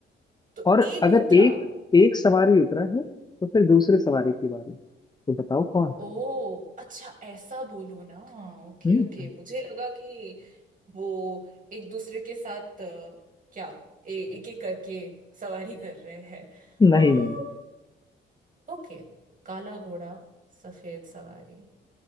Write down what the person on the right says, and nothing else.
तो
एक
उतरा
ओ अच्छा ऐसा बोलो ना ओके
ओके मुझे लगा कि वो एक दूसरे के साथ अ, क्या एक एक करके सवारी कर रहे हैं अम्म,
ओके काला घोड़ा सफेद सवारी